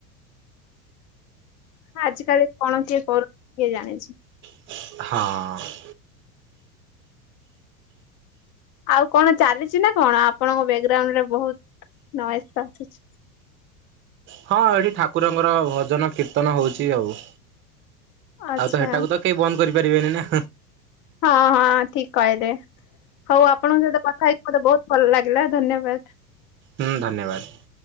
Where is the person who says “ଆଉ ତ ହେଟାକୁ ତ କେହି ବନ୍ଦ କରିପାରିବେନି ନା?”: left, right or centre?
Right